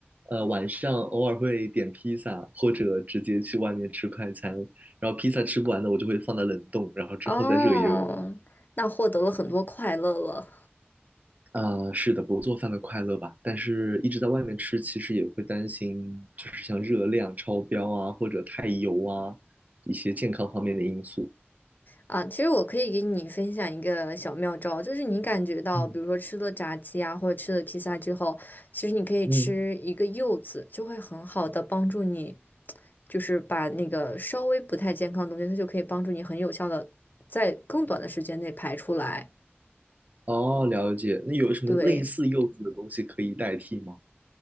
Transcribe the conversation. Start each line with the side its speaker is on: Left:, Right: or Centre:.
Right: 呃，晚上偶尔会点披萨，或者直接去外面吃快餐。然后披萨吃不完的，我就会放在冷冻，然后之后再热一热。
Left: 哦，那获得了很多快乐了。
Right: 啊，是的，不做饭的快乐吧。但是一直在外面吃，其实也会担心，就是像热量超标啊，或者太油啊，一些健康方面的因素。
Left: 啊，其实我可以给你分享一个小妙招，就是你感觉到，
Right: 嗯，
Left: 比如说吃了炸鸡啊，或者吃了披萨之后，其实你可以吃一个柚子，
Right: 嗯，
Left: 就会很好的帮助你，就是把那个稍微不太健康的东西，它就可以帮助你很有效的在更短的时间内排出来。
Right: 哦，了解。那有什么类似柚子的东西可以代替吗？
Left: 对，